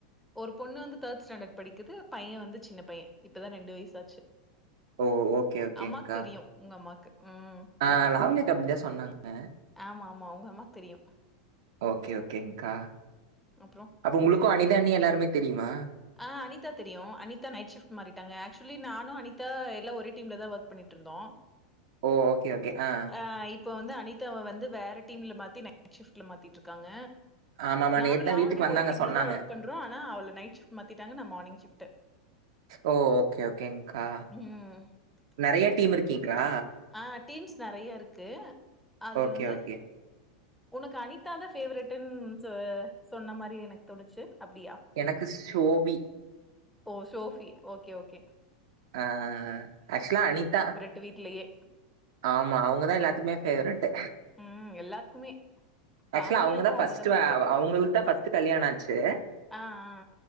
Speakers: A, in the centre; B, on the right.
A: ஒரு பொண்ணு வந்து தேர்ட் ஸ்டாண்டர்ட் படிக்குது பைய வந்து சின்ன பைய இப்பதா ரெண்டு வயசாச்சு
B: ஓ ஓகே ஓகேங்கக்கா
A: அம்மாக்கு தெரியு உங்க அம்மாக்கு ம்
B: ஆ லாவன்யா அக்கா அப்டிதா சொன்னாங்க
A: ஆமா ஆமா உங்க அம்மாக்கு தெரியு
B: ஓகே ஓகேங்க்கா
A: அப்றோ
B: அப்ப உங்களுக்கு அனிதாண்ணி எல்லாருமே தெரியுமா
A: ஆ அனித்தா தெரியு அனித்தா நைட் ஷிஃப்ட் மாறிட்டாங்க ஆக்சுவலி நானு அனிதா எல்லா ஒரே டீம்ல தா வொர்க் பண்ணிட்ருந்தோ
B: ஓ ஓகே ஓகே ஆ
A: ஆ இப்ப வந்து அனித்தாவ வந்து வேற டீம்ல மாத்தி நைட் ஷிஃப்ட்ல மாத்திட்ருக்காங்க
B: ஆமாமா
A: நானு
B: நேத்துதா
A: லாவன்யா
B: வீட்டுக்கு வந்தாங்க
A: ஒரு டீம்ல
B: சொன்னாங்க.
A: தா வொர்க் பண்றோ ஆனா அவள நைட் ஷிஃப்ட் மாத்திட்டாங்க நா மார்னிங் ஷிஃப்ட்டு
B: ஓ ஓகே ஓகேங்க்கா
A: ம்
B: நெறையா
A: ஆமாப்பா
B: டீம் இருக்கீங்ளா
A: ஆ டீம்ஸ் நெறையா இருக்கு அதுல
B: ஓகே
A: வந்து
B: ஓகே
A: உனக்கு அனித்தா தா ஃபேவரட்டுன் சொ சொன்ன மாரி எனக்கு தோணுச்சு அப்டியா
B: எனக்கு ஷோபி
A: ஓ ஷோஃபி ஓகே ஓகே
B: ஆ ஆக்சுவலா அனித்தா
A: டு வீட்லயே
B: ஆமா அவ்ங்கதா எல்லாத்துக்குமே ஃபேவரெட்டு
A: ம் எல்லாத்துக்குமே
B: ஆக்சுவலா
A: லாவண்யாக்கும்
B: அவ்ங்க தா ஃபஸ்ட்டு
A: அவங்கதான் ஃபேவரெட்
B: வாவ் அவ்ங்களுக்கு தா ஃபஸ்ட்டு கல்யாண ஆச்சு
A: ஆ ஆ